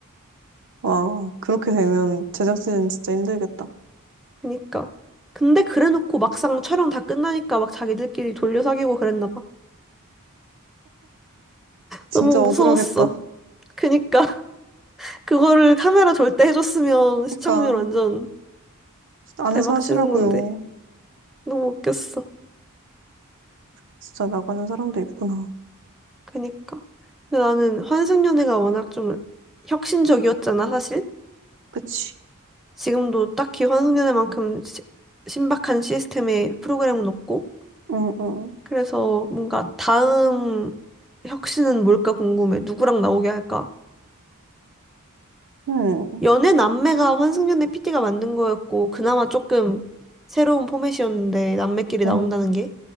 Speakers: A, on the right; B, in the centre.
A: 와, 그렇게 되면 제작진 진짜 힘들겠다.
B: 그니까. 근데 그래놓고 막상 촬영 다 끝나니까 막 자기들끼리 돌려 사귀고 그랬나 봐.
A: 진짜
B: 너무
A: 억울하겠다.
B: 무서웠어. 그니까 <laughs> 그거를 카메라 절대 해줬으면
A: 그러니까,
B: 시청률 완전
A: 안에서
B: 대박
A: 하시라고요.
B: 치는 건데. 너무 웃겼어.
A: 진짜 나가는 사람도 있구나.
B: 그니까. 근데 나는 환승연애가 워낙 좀 혁신적이었잖아, 사실.
A: 그치?
B: 지금도 딱히 환승연애만큼 시- 신박한 시스템의 프로그램은 없고.
A: 응, 응,
B: 그래서 뭔가 다음 혁신은 뭘까 궁금해. 누구랑 나오게 할까?
A: 응,
B: 연애 남매가 환승연애 p d 가 만든 거였고, 그나마 조금 새로운 포맷이었는데, 남매끼리
A: 응,
B: 나온다는 게.